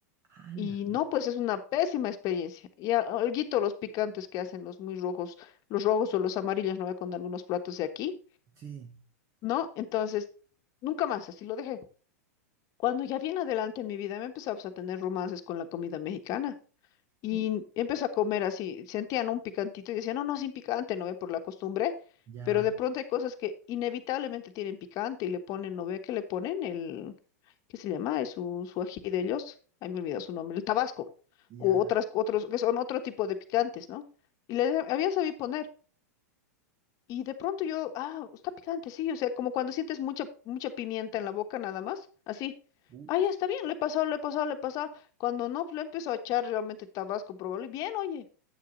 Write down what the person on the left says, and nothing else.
Y no, pues es una pésima experiencia. Y al- alguito los picantes que hacen los muy rojos, los rojos o los amarillos, no ve con algunos platos de aquí,
¿no? Entonces, nunca más, así lo dejé. Cuando ya bien adelante en mi vida me empezaba pues, a tener romances con la comida mexicana. Y
empecé a comer así, sentían un picantito y decían, no, no, sin picante, no ve por la costumbre,
pero de pronto hay cosas que inevitablemente tienen picante y le ponen, no ve que le ponen el, ¿qué se llama? Es su, su ají de ellos, ahí me olvidó su nombre, el tabasco,
o otras, otros, que son otro tipo de picantes, ¿no? Y le había sabido poner. Y de pronto yo, ah, está picante, sí, o sea, como cuando sientes mucha, mucha pimienta en la boca nada más, así.
Ah, ya está bien, le he pasado, le he pasado, le he pasado. Cuando no, pues, le empezó a echar realmente tabasco, probable. y Bien, oye,